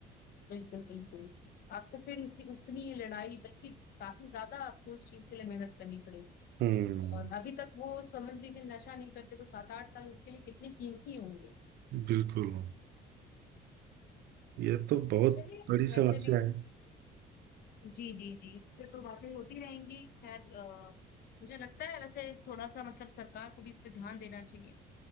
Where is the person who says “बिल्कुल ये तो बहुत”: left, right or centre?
Right